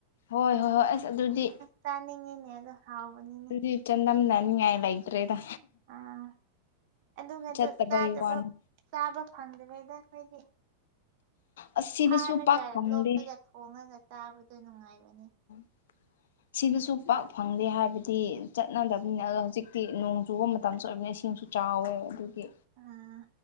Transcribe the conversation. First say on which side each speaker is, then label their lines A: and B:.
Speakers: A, on the left (about 60°); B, on the right (about 45°).
A: ꯍꯣꯏ ꯍꯣꯏ ꯍꯣꯏ ꯑꯁ ꯑꯗꯨꯗꯤ
B: ꯆꯥꯅꯤꯡꯉꯦꯅꯦ ꯑꯗꯣ ꯍꯥꯎꯕꯅꯤ
A: ꯁꯤ ꯆꯥꯟꯗꯝꯅꯅꯤꯡꯉꯥꯏ ꯂꯩꯇ꯭ꯔꯦꯗ
B: ꯑꯥ ꯑꯗꯨꯒꯗꯨ
A: ꯆꯠꯇꯕꯩ
B: ꯆꯥꯗꯕ
A: ꯋꯥꯅꯤ
B: ꯆꯥꯕ ꯐꯪꯗ꯭ꯔꯦꯗ ꯑꯩꯈꯣꯏꯒꯤ
A: ꯑꯁ ꯁꯤꯗꯁꯨ
B: ꯐꯥꯔꯒ
A: ꯄꯥꯛ ꯐꯪꯗꯦ
B: ꯂꯣꯛꯇꯒ ꯊꯣꯡꯉꯒ ꯆꯥꯕꯗꯣ ꯅꯨꯡꯉꯥꯏꯕꯅꯤ
A: <unintelligible> ꯁꯤꯗꯁꯨ ꯄꯥꯛ ꯐꯪꯗꯦ ꯍꯥꯏꯕꯗꯤ ꯆꯠꯅꯗꯕꯅꯤꯅ ꯑꯗꯣ ꯍꯧꯖꯤꯛꯇꯤ ꯅꯣꯡ ꯆꯨꯕ ꯃꯇꯝꯁꯨ ꯑꯣꯏꯕꯅꯤꯅ ꯏꯁꯤꯡꯁꯨ ꯆꯥꯎꯋꯦ ꯑꯗꯨꯒꯤ
B: ꯑꯥ